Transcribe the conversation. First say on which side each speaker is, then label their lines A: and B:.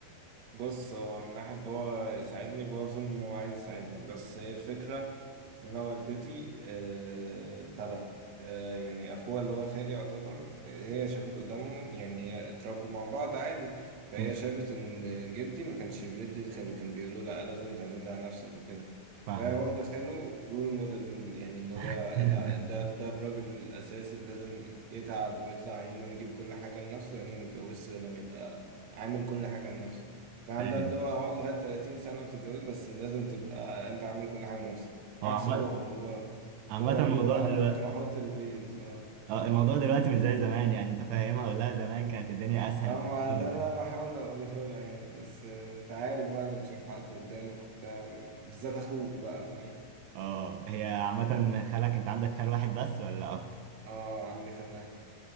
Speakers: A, on the right; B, on the right.
A: بص هو من ناحية بابا يساعدني بابا أظن إن هو عايز يساعدني بس هي الفكرة إن أنا والدتي آه، ابتدى آه، يعني أخوها اللي هو خالي يعتبر آه، هي شافته قدامه يعني هي اتربوا مع بعض عادي فهي
B: مم.
A: شافت إن جدي ما كانش بيدي لخاله كان بيقوله لأ لازم تعتمد على نفسك وكده
B: فاهم
A: فهي واخدة خاله رول موديل يعني اللي هو
B: <laughs>
A: لأ ده ده الراجل الأساسي اللي لازم يتعب ويطلع عينه ويجيب كل حاجة لنفسه يعني ما يتجوزش غير لما يبقى عامل كل حاجة لنفسه فعندها
B: فاهم
A: اللي هو اقعد لغاية 30 سنة وتتجوز بس لازم تبقى انت عامل كل حاجة لنفسك عكس
B: هو عامة
A: بابا بابا
B: عامة
A: بابا
B: الموضوع
A: يقول لا
B: دلوقتي
A: انا ممكن احط البيز اه
B: اه الموضوع دلوقتي مش زي زمان يعني انت فاهمها ولا لا؟ زمان كانت الدنيا اسهل
A: اما
B: بكتير
A: ده اللي انا بحاول اقوله لها يعني بس انت عارف بقى لما تشوف حد قدامك وبتاع وي- بالذات اخوك بقى فاهم
B: اه هي عامة خالك انت عندك خال واحد بس ولا اكتر؟
A: اه عندي خلاف